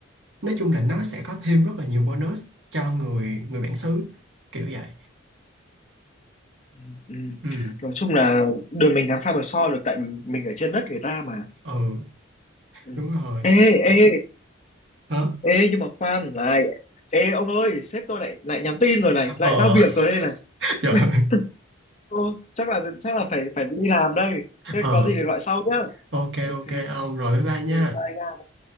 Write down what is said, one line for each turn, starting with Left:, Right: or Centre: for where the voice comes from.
Right: nói chung là nó sẽ có thêm rất là nhiều bonus cho người người bản xứ kiểu vậy
Left: ừ. ừ.
Right: ừ
Left: nói chung là đường mình làm sao mà so được tại vì mình ở trên đất người ta mà
Right: ừ
Left: ừ.
Right: đúng rồi
Left: ê ê
Right: hả
Left: Ê nhưng mà khoan này Ê ông ơi sếp tôi lại lại nhắn tin rồi này Lại
Right: ờ
Left: giao việc
Right: <laughs>
Left: rồi đây này
Right: trời
Left: <laughs>
Right: ơi.
Left: Ô, Chắc là chắc là phải phải đi làm đây Thế
Right: ờ
Left: có gì thì gọi sau nhá
Right: ok
Left: Ok
Right: ok ông rồi bye bye nha
Left: Ừ, Bye nha